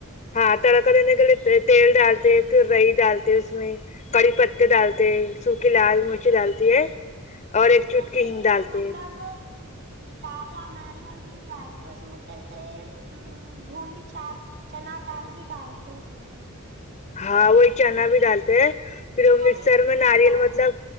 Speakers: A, on the left; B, on the right.
A: ہاں تڑکا دینے کے لیے تیل ڈالتے ہے رئی ڈالتے اس میں کڑی پتے ڈالتے سوکھی لال مرچی ڈالتی ہے اور ایک چٹکی
B: جیسے
A: کے
B: اس
A: ہنگ ڈالتے
B: میں مطلب
A: ہے
B: تازہ ناریل بھی ڈالتے ہیں اس میں جیسے ہ بھنی چار چنا دال بھی ڈالتے اس میں
A: ہاں وہی چنا بھی ڈالتے ہیں پھر وہ
B: ہری
A: مکسر
B: مرچ
A: میں ناریل
B: بھی ڈالتے
A: مطلب